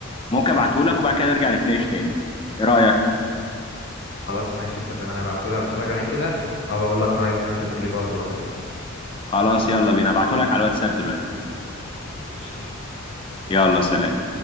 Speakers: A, on the left (about 25°); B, on the left (about 60°).
A: ممكن ابعته لك وبعد كده نرجع نتناقش تاني ايه رأيك
B: خلاص ماشي اتفقنا ابعتهولي اتفرج عليه كده وبقول لك رأيي فيه وانت تقول لي برضه رأيك
A: خلاص يلا بينا ابعته لك على الواتساب دلوقتي
B: قشطة
A: يلا سلام